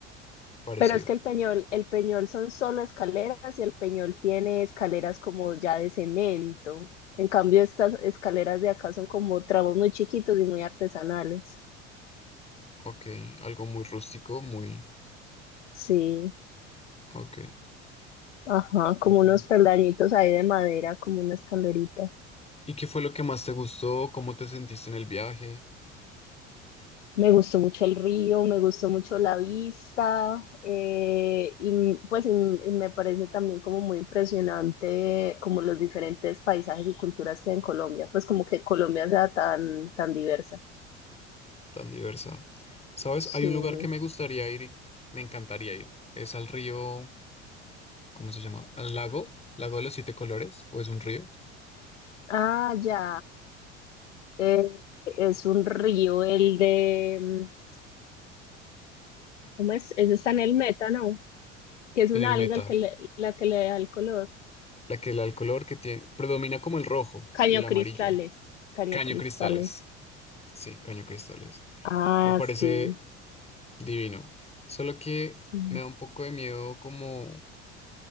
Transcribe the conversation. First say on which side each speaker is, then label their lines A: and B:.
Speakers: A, on the left; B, on the left.
A: parecido.
B: Pero es que el Peñol, el Peñol son solo escaleras y el Peñol tiene escaleras como ya de cemento. En cambio, estas escaleras de acá son como tramos muy chiquitos y muy artesanales.
A: Ok, algo muy rústico, muy...
B: Sí,
A: Ok.
B: ajá,
A: Bueno.
B: como unos peldañitos ahí de madera, como una escalerita.
A: ¿Y qué fue lo que más te gustó? ¿Cómo te sentiste en el viaje?
B: Me gustó mucho el río, me gustó mucho la vista, eh, y m- pues y m- y me parece también como muy impresionante como los diferentes paisajes y culturas que hay en Colombia, pues como que Colombia sea tan, tan diversa.
A: tan diversa. ¿Sabes?
B: Sí.
A: Hay un lugar que me gustaría ir y me encantaría ir. Es al río, ¿cómo se llama? Al lago, Lago de los Siete Colores, o es un río,
B: Ah, ya. Eh, es un río, el de... mm, ¿Cómo es? Ese está en el metano, Que es
A: en
B: una
A: el Meta,
B: alga el que le- la que le da el color.
A: la que la- el color que tiene, predomina como el rojo
B: Caño
A: y el amarillo.
B: cristales. Caño
A: Caño
B: cristales.
A: Cristales, sí, Caño Cristales.
B: Ah,
A: Me parece
B: sí.
A: divino. Solo que
B: Sí.
A: me da un poco de miedo como